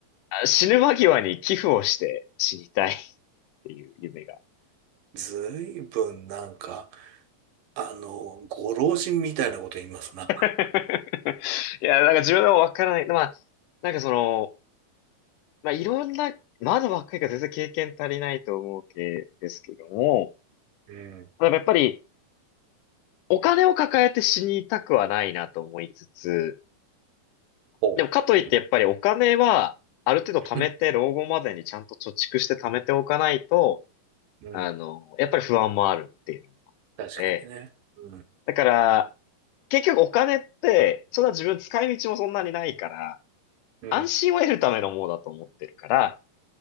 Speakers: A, on the left; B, on the right.
A: あ死ぬ間際に寄付をして死にたいっていう夢が。
B: ずいぶんなんか、あの、ご老人みたいなこと言いますな。
A: <laughs> いや、なんか自分でも分からない。まあ、なんかその、まあいろんな、まだ若いから全然経験足りないと思うけですけども、
B: うん。
A: まあやっぱり、お金を抱えて死にたくはないなと思いつつ、
B: ほう。
A: でもかといってやっぱりお金はある程度貯めて老後までにちゃんと貯蓄して貯めておかないと、
B: うん。うん。
A: あの、やっぱり不安もあるっていうの
B: 確かにね。
A: で、
B: うん。
A: だから結局お金ってそんな自分使い道もそんなにないから
B: うん。
A: 安心を得るためのものだと思ってるから、